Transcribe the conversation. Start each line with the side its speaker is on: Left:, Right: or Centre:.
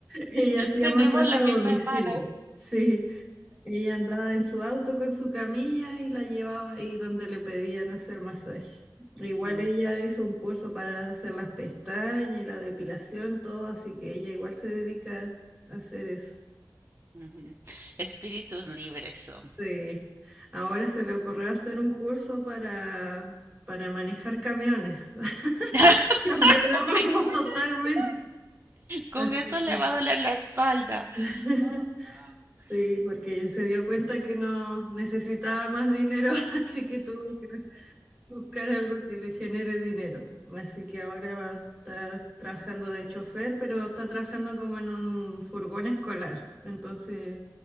Centre: ella hacía
Right: Tenemos
Centre: masaje
Right: la
Centre: a
Right: misma
Centre: domicilio.
Right: hermana.
Centre: Sí, ella andaba en su auto con su camilla y la llevaba ahí donde le pedían hacer masaje. Igual
Right: Mm,
Centre: ella hizo un curso para hacer las pestañas y la depilación, todo, así que ella igual se dedica a hacer eso.
Right: ujú. Espíritus libres son.
Centre: Sí, ahora se le ocurrió hacer un curso para, para manejar camiones. <laughs>
Right: <laughs>
Centre: Cambió de
Right: Oh
Centre: rumbo
Right: my goodness.
Centre: totalmente.
Right: Con
Centre: Así
Right: eso le
Centre: que-
Right: va a doler la espalda.
Centre: <laughs>
Right: Oh, no.
Centre: Sí, porque se dio cuenta que no necesitaba más dinero, <laughs> así que tuvo que buscar algo que le genere dinero. Así que ahora va- está trabajando de chofer, pero está trabajando como en un furgón escolar. Entonces